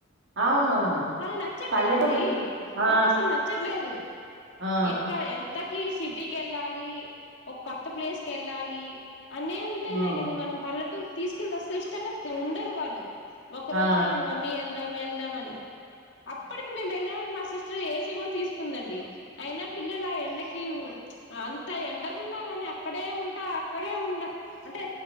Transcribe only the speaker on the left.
వాళ్ళు నచ్చట్లేదండి.
వాళ్ళకు అసలు నచ్చట్లేదు
ఎక్కడ ఎం కొత్తకి సిటీకి వెళ్ళాలి. ఒక కొత్త ప్లేస్ కెళ్ళాలి. అన్నీ ఉంటాయిలేగాని
మనం పల్లెటూరు కి తీసుకెళ్తే అసలు ఇష్టంగా తి ఉండరు వాళ్ళు ఒక్క
రోజు గాదు మమ్మీ ఎల్ వెళ్దాం వెళ్దామని అప్పటికి మేము వెళ్ళామనిమా సిస్టర్ ఏసీ కూడా తీసుకుందండి. అయినా పిల్లలు ఆ ఎండకి అంత ఎండగున్నా గాని అక్కడే ఉంటా అక్కడే ఉండ అంటే